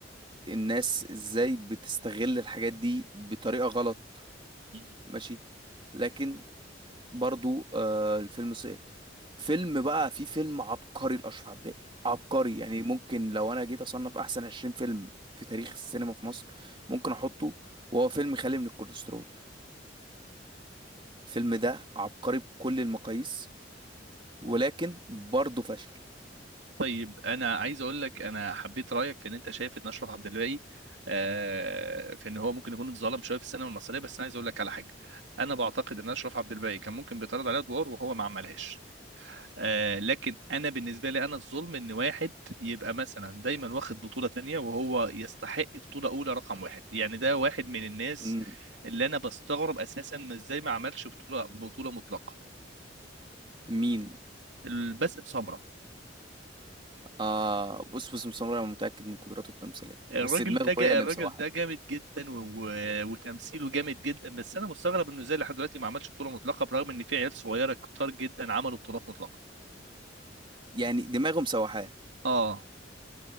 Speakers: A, on the right; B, on the right.
A: الناس إزاي بتستغل الحاجات دي بطريقة غلط
B: امم
A: ماشي لكن برضو آه الفيلم سقط فيلم بقى في فيلم عبقري لأشرف عباقي عبقري يعني ممكن لو أنا جيت أصنف أحسن 20 فيلم في تاريخ السينما في مصر ممكن أحطه وهو فيلم خالي من الكوليسترول الفيلم ده عبقري بكل المقاييس ولكن برضه فشل
B: طيب انا عايز اقول لك انا حبيت رايك في ان انت شايف ان اشرف عبد الباقي آه، في ان هو ممكن يكون اتظلم شويه في السينما المصريه بس انا عايز اقول لك على حاجه انا بعتقد ان اشرف عبد الباقي كان ممكن بيتعرض عليه ادوار وهو ما عملهاش آه، لكن انا بالنسبه لي انا الظلم ان واحد يبقى مثلا دايما واخد بطوله تانية وهو يستحق بطوله اولى رقم واحد يعني ده واحد من الناس
A: مم.
B: اللي انا بستغرب اساسا ما ازاي ما عملش بطوله بطوله مطلقه
A: مين
B: الباسم سمره
A: آه بص بص سمرة أنا متأكد من قدراته التمثيلية
B: الراجل
A: بس دماغه
B: ده جا...
A: هي اللي
B: الراجل
A: مسوحاه
B: ده جامد جدا و... و... وتمثيله جامد جدا بس انا مستغرب انه ازاي لحد دلوقتي ما عملش بطوله مطلقه برغم ان في عيال صغيره كتار جدا عملوا بطولات مطلقه
A: يعني دماغه مسوحاه
B: اه